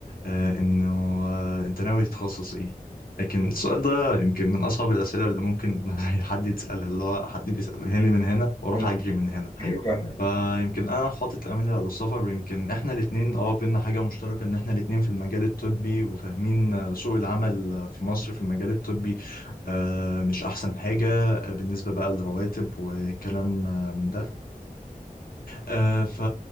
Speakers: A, on the left; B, on the left.
A: آه، انه آه، انت ناوي تتخصص ايه لكن السؤال ده يمكن من اصعب الاسئله اللي ممكن <laughs> حد يتسالها اللي هو حد بيسالها لي من هنا واروح
B: مم.
A: اجري من هنا
B: ايوه فاهم
A: فيمكن انا حاطط امل على السفر ويمكن احنا الاثنين اه بينا حاجه مشتركه ان احنا الاثنين في المجال الطبي وفاهمين آه، سوق العمل آه، في مصر في المجال الطبي آه، مش احسن حاجه آه، بالنسبه بقى للرواتب وكلام آه، من ده آه، ف